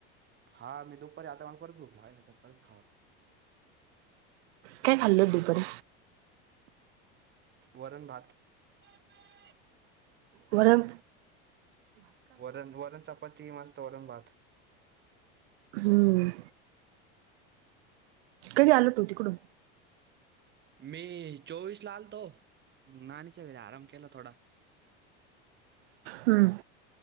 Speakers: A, on the right; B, on the right.
A: हां, मी दुपारी,, आता मग परत भुक लागली ना, तर परत खावा,,
B: काय खाल्ल दूपारी?
A: वरण भात. <unintelligible>
B: वरन,
A: वरण, वरण चापाती मस्त वरण भात.
B: हम्म, कधी आलं तू तिकडून?
A: मी चोवीस ला आलतो,, नाणीच्या घरी आराम केला थोडा.
B: हम्म,